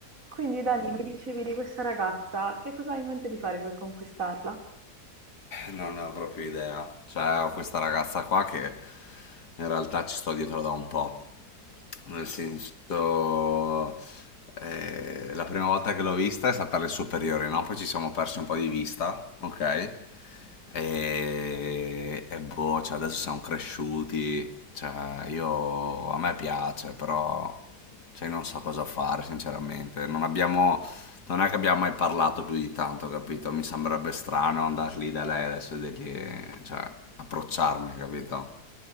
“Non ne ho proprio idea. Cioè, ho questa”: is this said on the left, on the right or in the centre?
Left